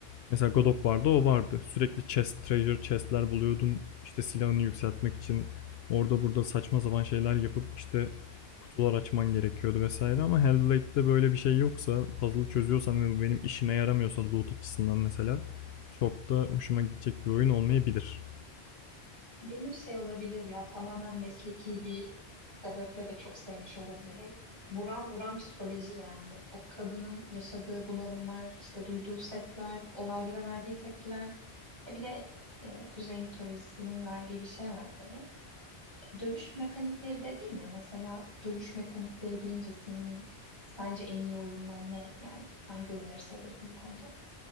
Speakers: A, on the left; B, on the right.
A: mesela God of War'da o vardı. Sürekli chest, treasure chest'ler buluyordun. İşte silahını yükseltmek için orada burada saçma sapan şeyler yapıp işte kutular açman gerekiyordu vesaire ama Hellblade'de böyle bir şey yoksa, puzzle çözüyorsan ve bu benim işime yaramıyorsa loot açısından mesela çok da hoşuma gidecek bir oyun olmayabilir.
B: Benim şey olabilir ya tamamen mesleki bir sebeple de çok sevmiş olabilirim. Buram buram psikoloji yani. O kadının yaşadığı bunalımlar, işte duyduğu sesler, olaylara verdiği tepkiler. E bir de e, Kuzey mitolojisinin verdiği bir şey var tabii. Dövüş mekanikleri dedin ya mesela dövüş mekanikleri deyince senin sence en iyi oyunlar ne? Yani hangi oyunları seviyorsun bu konuda?